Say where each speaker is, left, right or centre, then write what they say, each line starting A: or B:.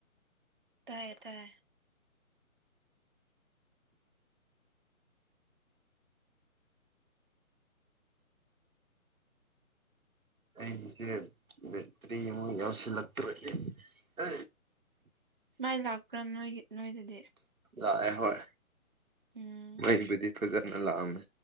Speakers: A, on the right; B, on the right.
A: ꯇꯥꯏꯦ ꯇꯥꯏ
B: ꯑꯩꯒꯤꯁꯦ ꯕꯦꯇ꯭ꯔꯤ ꯑꯃꯨꯛ ꯌꯥꯎꯁꯤꯜꯂꯛꯇ꯭ꯔꯅꯦ ꯑ
A: ꯃꯥꯏ ꯂꯥꯛꯄ꯭ꯔꯥ ꯅꯣꯏꯒꯤ ꯅꯣꯏꯗꯗꯤ
B: ꯂꯥꯛꯑꯦ ꯍꯣꯏ
A: ꯎꯝ
B: ꯃꯩꯕꯨꯗꯤ ꯐꯖꯅ ꯂꯥꯛꯑꯝꯃꯦ